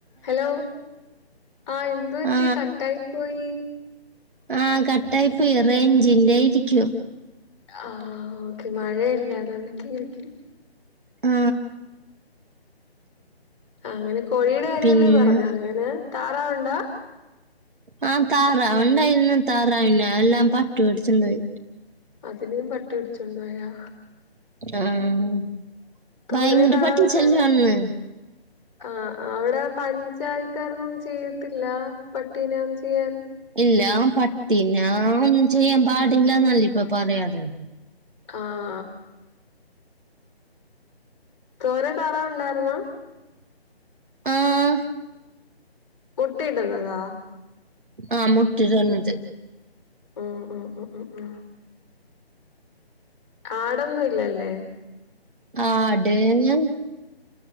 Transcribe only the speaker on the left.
Hello ആഹ് എന്ത് പറ്റി
കട്ടായിപ്പോയി
ആഹ് ഓക്കെ മഴയല്ലേ അതകൊണ്ടൊക്കെരിക്കും
അങ്ങനെ കോഴിയുടെ കാര്യല്ലേ
പറഞ്ഞെ, അങ്ങനെ താറാവുണ്ടോ
അതിനെയും പട്ടി പിടിച്ചൊണ്ടോയാ
തോനെ
താറാവുണ്ടായിരുന്നു
ആഹ് ആഹ് അവിടെ പഞ്ചായത്തുകാരൊന്നൊന്നും ചെയ്യത്തില്ല, പട്ടീനെ ഒന്നും ചെയ്യാൻ
ആഹ് തോനെ താറാവ്ണ്ടാരുന്നോ?
കുട്ടി ഇടുന്നതാ
ആഹ് ആഹ് അഹ് അഹ് ആഹ് ആടൊന്നും ഇല്ലല്ലേ